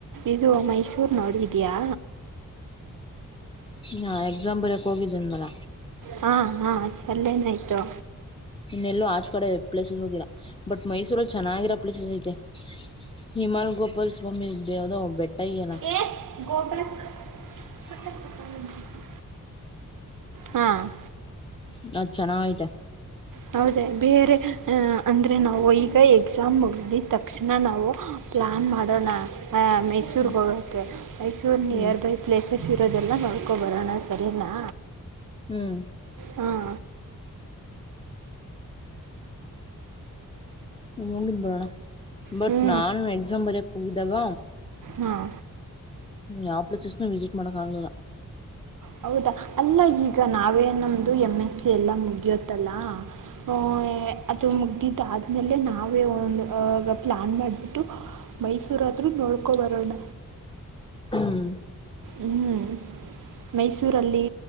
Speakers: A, on the right; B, on the left.
A: ಇದು ಮೈಸೂರು ನೋಡಿದಿಯಾ.
B: ನಾ ಎಕ್ಸಾಮ ಬರೀಕ್ ಹೋಗಿದ್ದೇನ್ ಅಲ.
A: ಹಾ ಹಾ ಅಲ್ಲೇನಾಯ್ತು.
B: ಇನ್ನೆಲ್ಲೂ ಆಚ್ ಕಡೆ ಪ್ಲೇಸಸ್ ಹೋಗಿಲ್ಲ ಬಟ್ ಮೈಸೂರಲ್ಲಿ ಚೆನ್ನಾಗಿರೋ ಪ್ಲೇಸಸ್ ಐತೆ. ಹಿಮಾಲ್ ಗೋಪಾಲ್ ಸ್ವಾಮಿ ಇದ್ದ ಯಾವ್ದೋ ಬೆಟ್ಟ ಈಯ್ಲ್ಲ.
A: ಏ ಗೋ ಬ್ಯಾಕ್.
B: <inaudible>
A: <inaudible> ಹಾಂ
B: ನಾ ಚೆನ್ನಾತೆ.
A: ಹೌದೇ ಬೇರೆ ಅಂದ್ರೆ ನಾವು ಈಗ ಎಕ್ಸಾಮ್ ಮುಗದಿದ್ದ ತಕ್ಷಣ ನಾವು, ಪ್ಲ್ಲಾನ್ ಮಾಡೋಣ ಮೈಸೂರ್ರಿಗ
B: ಹ್ಮ್
A: ಹೋಗೋಕ್ಕೆೆ. ಮೈಸೂರು ನಿಯರ್
B: ಹ್ಮ್
A: ಬೈ ಪ್ಲೇಸಸ್ ಇರೋದೆಲ್ಲ ನೋಡ್ಕೊ ಬರೋಣ ಸರಿನಾ.
B: ಹ್ಮ್.
A: ಹಾಂ
B: ಹೋಗಿದ್ಬಿಟ್ಟು ಬರೋಣ ಬಟ್
A: ಹ್ಞೂ
B: ನಾನು ಎಕ್ಸಾಮ್ ಬರಯಕ್ ಹೋಗಿದ್ದಾಗ
A: ಹಾಂ
B: ಯಾವ್ ಪ್ಲೇಸಸ್ ವಿಸಿಟ್ ಮಾಡಕ್ಕ ಆಗ್ಲಿಲ್ಲ.
A: ಹೌದಾ ಅಲ್ಲ ಈಗ ನಾವೇ ನಮ್ದು ಎಂ ಎಸ್ ಸಿ ಎಲ್ಲ ಮುಗಿಯತ್ತಲ್ಲಾ. ಹ್ಮ್ ಏ ಮುಗ್ದದಿದ್ದ ಆ ಆಮೇಲೆ ನಾವೇ ಒಂದು ಹ ಪ್ಲ್ಯಾನ್ ಮಾಡಿಬಿಟ್ಟು ಮೈಸೂರಾದರೂ ನೋಡ್ಕೊಬರೋಣ.
B: ಹ್ಮ್.
A: ಹ್ಮ್. ಮೈಸೂರಲ್ಲಿ